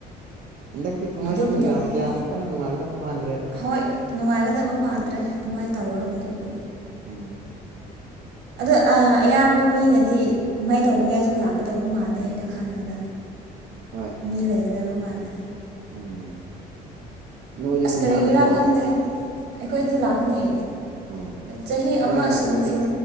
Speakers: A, on the right (about 55°); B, on the right (about 80°).
A: ꯍꯟꯗꯛꯇꯤ ꯀꯨꯝꯍꯩꯁꯨ
B: ꯑꯗꯨ ꯃꯇꯝꯗꯨꯗꯤ
A: ꯌꯥꯝ ꯀꯌꯥꯝ ꯀꯟꯅ ꯅꯨꯡꯉꯥꯏꯒꯗꯧ ꯃꯥꯟꯗ꯭ꯔꯦꯗ
B: ꯍꯣꯏ ꯅꯨꯡꯉꯥꯏꯒꯗꯕ ꯃꯥꯟꯗ꯭ꯔꯦ ꯑꯗꯨꯃꯥꯏꯅ ꯇꯧꯔꯒ ꯂꯩꯔꯗꯤ
A: ꯎꯝ
B: ꯑꯗꯣ ꯑꯥ ꯑꯌꯥꯝꯕ ꯃꯤꯅꯗꯤ ꯀꯨꯝꯍꯩ ꯇꯧꯅꯤꯡꯉꯥꯏꯁꯨ ꯂꯥꯛꯀꯗꯕ ꯃꯥꯟꯗꯦ ꯑꯩꯅ ꯈꯟꯕꯗ
A: ꯍꯣꯏ
B: ꯃꯤ ꯂꯩꯒꯗꯕ ꯃꯥꯟꯗꯦ
A: ꯎꯝ ꯅꯣꯏꯗꯤ
B: ꯑꯁ
A: ꯑꯗꯨꯝ
B: ꯀꯔꯤꯒꯤꯔꯥ
A: ꯂꯥꯛꯀꯗ꯭ꯔꯣ
B: ꯈꯪꯗꯦ ꯑꯩꯈꯣꯏꯗꯤ ꯂꯥꯛꯀꯅꯤ
A: ꯎꯝ
B: ꯆꯍꯤ
A: ꯅꯣꯏ
B: ꯑꯃ
A: ꯂꯥꯛꯇ꯭ꯔꯗꯤ
B: ꯁꯨꯝ ꯁꯨꯝ